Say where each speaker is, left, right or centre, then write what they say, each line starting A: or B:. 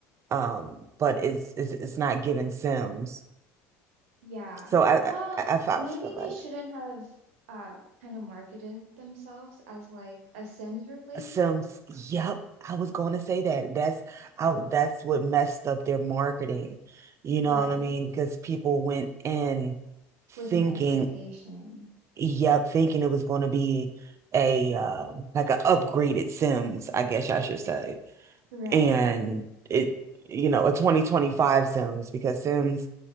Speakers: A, on the right; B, on the right.
A: Um but it's it's it's not giving Sims.
B: Yeah.
A: So I,
B: Well,
A: I, I felt
B: maybe
A: for like
B: they shouldn't have uh kind of marketed themselves as like a Sims replacement.
A: Sims. Yep, I was going to say that. That's how. That's what messed up their marketing. You know
B: Right.
A: what I mean? Because people went in thinking,
B: With an expectation.
A: yep, thinking it was going to be a um, like an upgraded Sims, I guess I should say,
B: Right.
A: and it, you know, a 2025 Sims because Sims,